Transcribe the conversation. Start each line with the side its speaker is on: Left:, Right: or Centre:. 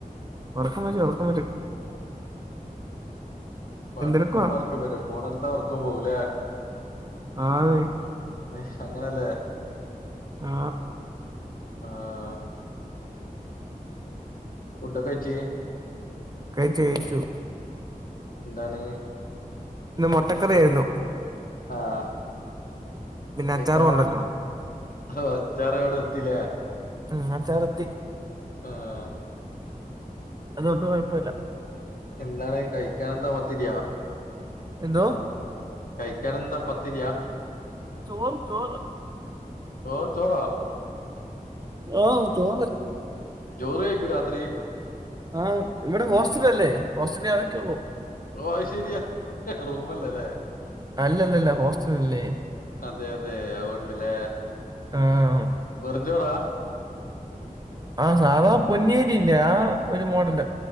Right: ഒറക്കെ വായിച്ചോ ഒറക്കം വരും
Left: പഠിക്കുമ്പോ
Right: എന്തെടുക്കുവാ
Left: ഒറക്കം വരു ഫോണെടുത്താ ഒർക്കം പോവും ലെ
Right: ആന്ന്
Left: ശ്ശ് അങ്ങനെല്ലേ
Right: ആ
Left: ആഹ് ഫുഡോക്കെ കഴിചേ നീ
Right: കൈച്ചുയിച്ചു
Left: എന്താണ്
Right: ഇന്ന് മൊട്ടക്കറിയായിരുന്നു
Left: ആഹ്
Right: പിന്നെ
Left: കഴിക്കാനോ
Right: അച്ചാറും ഉണ്ടല്ലോ
Left: ഹ് അച്ചാറവിടെ എത്തില്ലേ
Right: ഉം അച്ചാറെത്തി
Left: ആഹ്.
Right: അതുഒന്ന് കുഴപ്പൊല്ല
Left: എന്താണ് കഴിക്കാന എന്താ പത്തിരിയാ.
Right: എന്തോ..
Left: കൈഴികാനെന്താ പത്തിരിയാ.
Right: ചോർ ചോർ.
Left: ചോറ് ചോറാ..
Right: ഓഹ് ചോർ.
Left: ജോറ് കഴികൊ രാത്രി
Right: ആഹ ഇവിടെ ഹോസ്റ്റല അല്ലേ ഹോസ്റ്റലതൊക്കെ ഉള്ളൂ
Left: ഓ അയ് ശരിയാ റൂമല്ലേല്ലേ
Right: അല്ലല്ലല്ല ഹോസ്റ്റൽ അല്ലേ
Left: അതെ അതെ അതൊണ്ടല്ലേ
Right: ആം
Left: വെറുംഞ്ചോറാ
Right: ആഹ്സാധാ പൊന്നേരിയില്ലേ ആ ഒരു മോഡല്